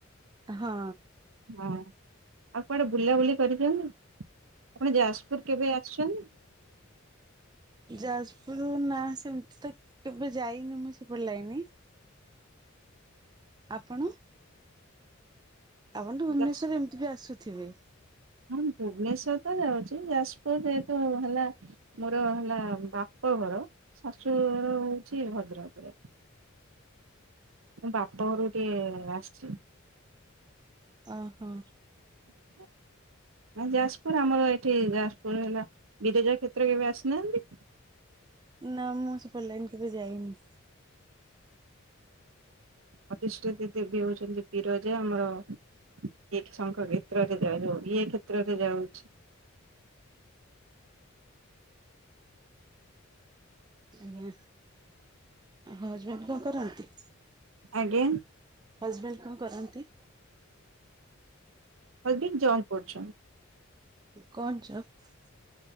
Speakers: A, on the right; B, on the right.
A: ହଁ।
B: ହଁ, ଆଉ କୁଆଡେ ବୁଲାବୁଲି କରିଛନ୍ତି? ଆପଣ ଯାଜପୁର କେବେ ଆସିଛନ୍ତି?
A: ଯାଜପୁର ନା ସେମତି ତ କେବେ ଯାଇନି ମୁଁ ସେପଟ ଲାଇନି। ଆପଣ? ଆପଣ ତ ଭୁବନେଶ୍ଵରରେ
B: ଯାଜପୁର
A: ଏମିତି ବି ଆସୁଥିବେ।
B: ହଁ ଭୁବନେଶ୍ଵର ତ ଯାଉଛି। ଯାଜପୁର ଏତ ହେଲା ମୋର ହେଲା ବାପଘର, ଶାଶୁଘର ହେଉଛି ଭଦ୍ରକରେ। ମୁଁ ବାପ ଘରୁକୁ ଟିକେ ଆସିଛି।
A: ଓହୋ।
B: <inaudible> ନାଇ ଯାଜପୁର ଆମର ଏଇଠି ଯାଜପୁର ହେଲା ବିରେଜା କ୍ଷେତ୍ର କେବେ ଆସିନାହାନ୍ତି?
A: ନା ମୁଁ ସେପଟ ଲାଇନ୍ କେବେ ଯାଇନି।
B: ଅଧିଷ୍ଠିତ ଦେବୀ ହଉଛନ୍ତି ବିରଜା ଆମର। ଇଏ ଶଙ୍ଖ କ୍ଷେତ୍ରରେ ଯାଉନି ଇଏ କ୍ଷେତ୍ରରେ ଯାଉଚି।
A: ଆଜ୍ଞା। ହଜବେଣ୍ଡ କଣ କରନ୍ତି?
B: ଆଜ୍ଞା।
A: ହଜବେଣ୍ଡ କଣ କରନ୍ତି?
B: ହଜବେଣ୍ଡ ଜବ୍ କରୁଛନ୍ତି।
A: କଣ ଜବ୍?